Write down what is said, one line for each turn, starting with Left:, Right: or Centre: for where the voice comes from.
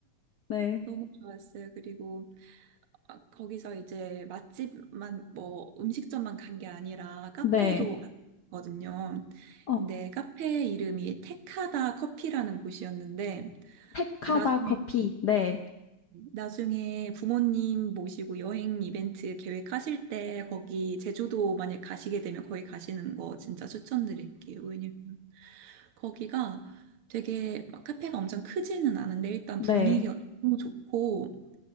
Left: 네.
Right: 너무 좋았어요. 그리고 아, 거기서 이제 맛집만 뭐 음식점만 간 게 아니라 카페도
Left: 네.
Right: 갔거든요.
Left: 어
Right: 근데 카페 이름이 테카다 커피라는 곳이었는데
Left: 택하다
Right: 나중에
Left: 커피. 네,
Right: 나중에 부모님 모시고 여행 이벤트 계획하실 때 거기 제주도 만약 가시게 되면 거기 가시는 거 진짜 추천드릴게요. 왜냐면 거기가 되게 막 카페가 엄청 크지는 않은데 일단
Left: 네.
Right: 분위기가 너무 좋고